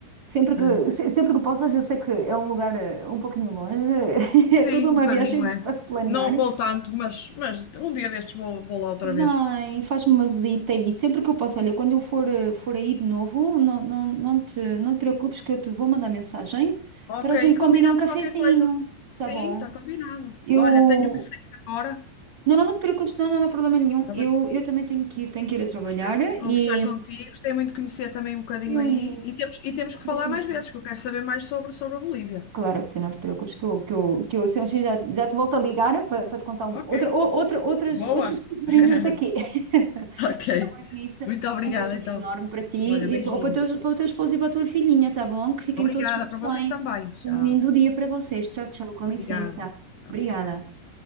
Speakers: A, on the right; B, on the left.
A: Sempre que,
B: É.
A: se- sempre que possas, eu sei que é um lugar eh, um pouquinho longe, <laughs> é toda
B: Sim,
A: uma
B: um bocadinho,
A: viagem
B: é.
A: para se planear.
B: Não vou tanto, mas, mas um dia destes vou, vou lá outra
A: Vem,
B: vez.
A: faz-me uma visita e sempre que eu posso, olha, quando eu for, eh, for aí de novo, não, não, não te, não te preocupes que eu te vou mandar mensagem
B: Ok,
A: para a gente
B: e combinamos
A: combinar um cafezinho,
B: qualquer coisa.
A: tá
B: Sim,
A: bom?
B: está combinado.
A: Eu.
B: Olha, tenho que sair agora.
A: Não, não, não te preocupes, não, não, não há problema nenhum.
B: Está
A: Eu,
B: bem?
A: eu também tenho que ir, tenho que ir a trabalhar
B: Gostei muito de conversar
A: e
B: contigo, gostei muito de conhecer também um bocadinho
A: eu
B: aí.
A: nisso.
B: E temos, e temos que
A: Um
B: falar
A: beijinho.
B: mais vezes, que eu quero saber mais sobre, sobre a Bolívia.
A: Claro que sim, não te preocupes, que eu, que eu, que eu se eu assim, já, já te volto a ligar para, te contar um,
B: Ok.
A: outra, ou- outra, outras,
B: Boa!
A: outros tesourinhos
B: <laughs>
A: daqui. <laughs>
B: <laughs> Ok.
A: Eunice,
B: Muito obrigada,
A: um beijinho
B: então.
A: enorme para ti e
B: Olha, beijinho.
A: para, para, o teu, para o teu esposo e para a tua filhinha, tá bom? Que fiquem
B: Obrigada
A: todos muito
B: para vocês
A: bem.
B: também. Tchau.
A: Um lindo dia para vocês. Tchau, tchau, com
B: Obrigada.
A: licença.
B: Tchau.
A: Obrigada.